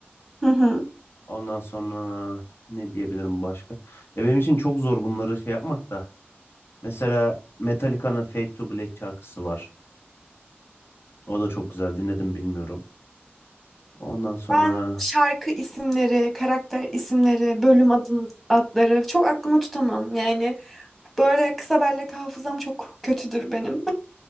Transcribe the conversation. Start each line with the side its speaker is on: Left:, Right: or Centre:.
Centre: Hı hı.
Left: Ondan sonra ne diyebilirim başka? Ya benim için çok zor bunları şey yapmak da. Mesela Metallica'nın Fade to Black şarkısı var. O da çok güzel. Dinledim bilmiyorum. Ondan sonra
Centre: Ben şarkı isimleri, karakter isimleri, bölüm adın adları çok aklıma tutamam. Yani böyle kısa bellek hafızam çok kötüdür benim.